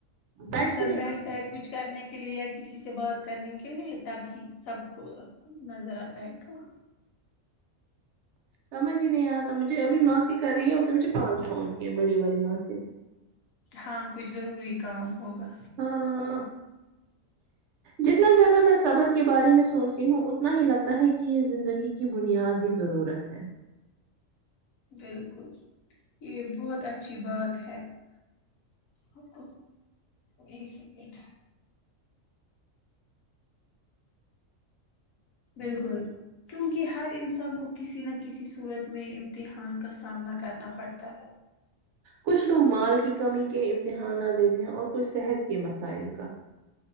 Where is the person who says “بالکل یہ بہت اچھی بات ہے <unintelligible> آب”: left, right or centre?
Left